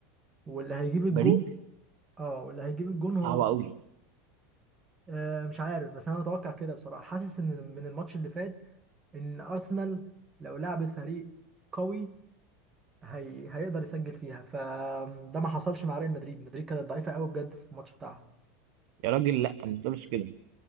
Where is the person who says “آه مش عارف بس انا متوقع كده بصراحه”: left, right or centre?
Right